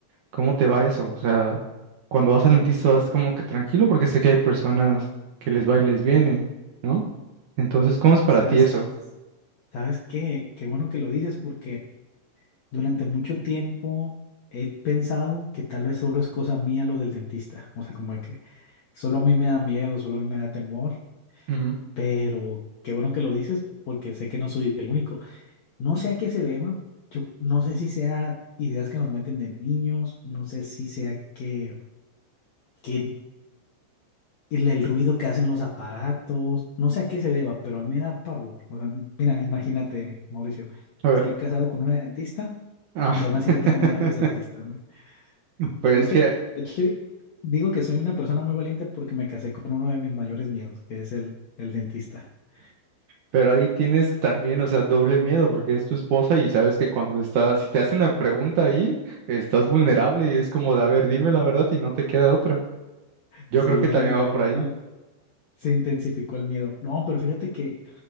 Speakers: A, on the right; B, on the left.
A: cómo te va eso? O sea, cuando vas al dentista vas como que tranquilo porque sé que hay personas que les va y les viene, ¿no? Entonces, ¿cómo es para
B: ¿Sabes,
A: ti eso?
B: sabes qué? Qué bueno que lo dices porque durante mucho tiempo he pensado que tal vez solo es cosa mía lo del dentista. O sea, como que solo a mí me da miedo, solo a mí me da temor,
A: Ujú.
B: pero qué bueno que lo dices porque sé que no soy el único. No sé a qué se deba. Yo no sé si sea ideas que nos meten de niños, no sé si sea que... que el, el ruido que hacen los aparatos, no sé a qué se deba, pero a mí me da pavor. O sea, mira, imagínate, Mauricio,
A: A ver.
B: estoy casado con una dentista
A: Ah,
B: y aún así
A: <laughs>
B: le tengo miedo a los dentistas, ¿no?
A: pues
B: De
A: es
B: hecho,
A: que,
B: de hecho, di- digo que soy una persona muy valiente porque me casé con uno de mis mayores miedos, que es el, el dentista. <laughs>
A: pero ahí tienes también, o sea, doble miedo porque es tu esposa y sabes que cuando estás, si te hace una pregunta ahí, estás vulnerable y es como de, a ver, dime la verdad y no te queda otra. Yo
B: Sí,
A: creo que
B: ándale,
A: también va
B: a
A: por
B: lo-
A: ahí.
B: al- se intensificó el miedo. No, pero fíjate que,